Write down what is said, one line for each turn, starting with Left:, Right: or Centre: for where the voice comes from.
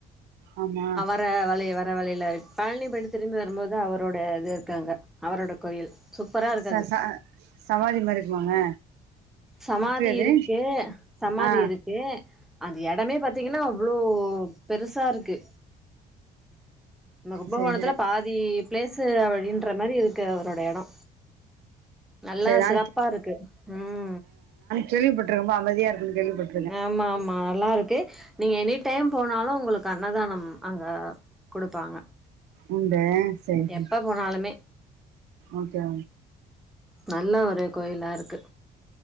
Right: ஆமா
Centre: வ வழி வர வழில பழனி போயிட்டு திரும்பி வரும் போது அவரோட இது இருக்கு அங்க அவரோட கோயில் சூப்பரா இருக்கு
Right: ச
Centre: அது
Right: ச சமாதி மாறி இருக்குமாங்க
Centre: சமாதி
Right: எப்டி அது
Centre: இருக்கு சமாதி
Right: ஆ
Centre: இருக் கே அந்த எடமே பாத்தீங்ன்னா அவ்ளோ பெருசா இருக்கு நம்ப கும்பகோணத்துல
Right: செரி
Centre: பாதி பிளேஸ் அவன் ன்ற மாறி இருக்கு அவரோட எடோ நல்லா
Right: செரி நா
Centre: சிறப்பா இருக்கு ம்
Right: கேள்விப்பட்டுருகே ரொம்ப அமைதியா இருக்கு கேள்விப்பட்ருக்
Centre: ஆமா ஆமா நல்லா இருக் கு நீங்க எனி டைம் போனாலு உங்களுக்கு அன்னதானம் அங்க குடுப்பாங்க
Right: உண்ட செரி
Centre: எப்ப போனாலுமே
Right: ஓகே
Centre: நல்ல ஒரு கோயிலா இருக்கு